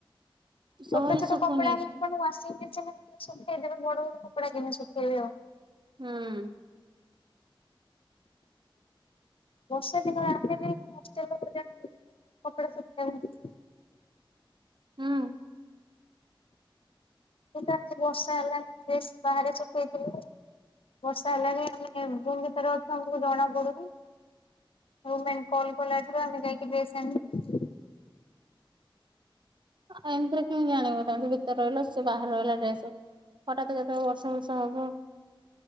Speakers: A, on the right; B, on the left.
A: ସହଜେ
B: ଛୋଟ ଛୋଟ
A: ଶୁଖୁନି
B: କପଡ଼ାଗୁରା ଆପଣଙ୍କ ୱାସିଂଙ୍ଗ୍ ମେସିନରେ ନ ହେଲେ ଟିକେ ଶୁଖେଇଦେବେ। ବଡ଼ ବଡ଼ କପଡ଼ା କେମିତି ଶୁଖେଇବି ଆଉ?
A: ହୁଁ।
B: ବର୍ଷା ଦିନରେ ଆମେ ବି ହଷ୍ଟେଲ ଭଳିଆ <unintelligible> କପଡା ଶୁଖେଇବା ପାଇଁ <unintelligible>
A: ହୁଁ।
B: କିନ୍ତୁ ଆଜି ବର୍ଷା ହେଲାକୁ ଡ୍ରେସ୍ ବାହାରେ ଶୁଖେଇଥିଲୁ ଆଉ। ବର୍ଷା ହେଲାଣିି ଆମେ ରୁମ୍ ଭିତରେ ଅଛୁ ଆମକୁ ଜଣା ପଡୁନି ରୁମମେଟ୍ କଲ କଲା ଠାରୁ ଆମେ ଯାଇକି ଡ୍ରେସ୍ ଆଣିଲୁ।
A: ଆଉ ଏମିତିରେ କେମତି ଜାଣିବୁ ତମେ ସବୁ ଭିତରେ ରହିଲ ସେ ବାହାରେ ରହିଲା ଡ୍ରେସ୍ ହଠାତ୍ କେତେବେଳେ ବର୍ଷା ଫର୍ଷା ହବ